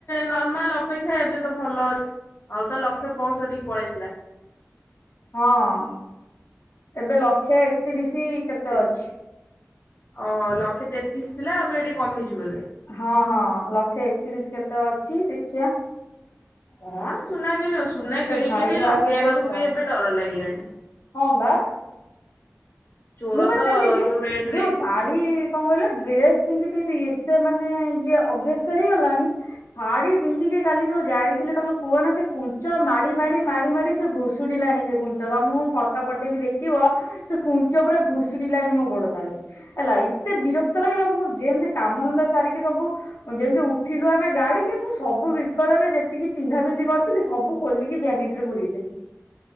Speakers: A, on the left; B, on the left.
A: ନର୍ମାଲ ଅପେକ୍ଷା ଏବେ ତ ଭଲ ଅଛି ଆଉ ତ ଲକ୍ଷ ପ ସଠୀ କି ପଳେଇଥିଲା।
B: ହଁ ଏବେ ଲକ୍ଷେ ଏକତିରିଶ କେତେ
A: ଯେ
B: ଅଛି?
A: ଓ ଲକ୍ଷେ ତେତିଶ ଥିଲା ଆଉବେ କମିଚି ବୋଧେ।
B: ହଁ ହଁ ଲକ୍ଷେ ଏକତିରିଶ କେତେ ଅଛି ଦେଖିଆ
A: କଣ ସୁନା କିଣିବ, ସୁନା କିଣିକି
B: ଭାଇ
A: ବି ଲଗେଇବାକୁ
B: ବାହାଘର ଅଛି ତ
A: ବି ଏବେ ଡର ଲାଗିଲାଣି।
B: ହଁ ବା।
A: ଚୋର
B: ମୁବା
A: ତ
B: କାଲି
A: ରେଟ
B: ଯୋଉ
A: ରେ
B: ସାଡ଼ି ଡି କଣ କହିଲ ଡ୍ରେସ ପିନ୍ଧି ପିନ୍ଧି ଏତେ ମାନେ ଇଏ ଅଭ୍ୟସ୍ତ ହେଇଗଲାଣି ଶାଢୀ ପିନ୍ଧିକି କାଲି ଯୋଉ ଯାଇଥିଲି ତମେ କୁହ ନା ସେ କୁଞ୍ଚ ମାଡି ମାଡି ମାଡି ମାଡି ସେ ଘୁ ଡ଼ିଲାଣି ସେ କୁଞ୍ଚ ତମମୁ ଫଟୋ ପଠେଇବି ବି ଦେଖିବ ସେ କୁ ପୁରା ଘୁଶୁଡିଲାଣି ମୋ ଗୋଡ ତଳେ। ହେଲା ଏତେ ବିରକ୍ତ ଲାଗିଲା ମୁଁ ଯେମିତି କାମଧନ୍ଦା ସାରିକି ସବୁ ଯେମିତି ଉଠିଲୁ ଆମେ ଗାଡିକି ମୁଁ ସବୁ ବିକଳରେ ଯେତିକି ପିନ୍ଧା ପିନ୍ଧି କରିଥିଲି ସବୁ ଖୋଲିକି ବ୍ୟାନିଟ ରେ ପୁରେଇଦେଲି।